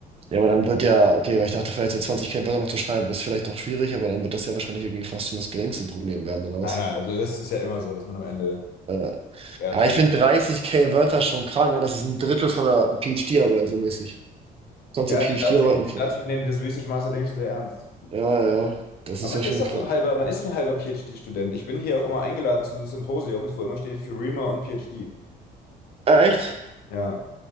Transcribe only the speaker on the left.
Nein, nein, also das ist ja immer so, dass man am Ende
ja
zu
viel.
Ja,
die Dutchies, die
Dutchies nehmen dieses Research Master Ding schon sehr ernst.
Aber man
ist auch
so ein halber, man ist so ein halber PhD-Student. Ich bin hier auch immer eingeladen zu Symposiums, wo immer steht für REMA und PhD.
Ja.